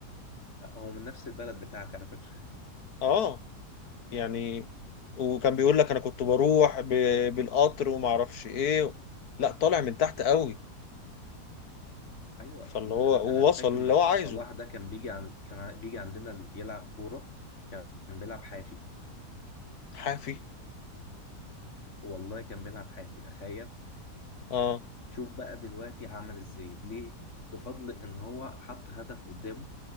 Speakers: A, on the left; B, on the left.
A: هو من نفس البلد بتاعتي على فكرة
B: اه يعني وكان بيقول لك انا كنت بروح ب... بالقطر وما اعرفش ايه لا طالع من تحت قوي
A: ايوه
B: فاللي
A: يعني
B: هو
A: انا أنا فاكر
B: وصل اللي
A: م-
B: هو عايزه
A: صلاح ده كان بيجي عند كان ع- بيجي عندنا ال- يلعب كوره كان بيلعب حافي
B: حافي
A: والله كان بيلعب حافي تخيل
B: اه
A: شوف بقى دلوقتي عمل ازاي ليه بفضل ان هو حط هدف قدامه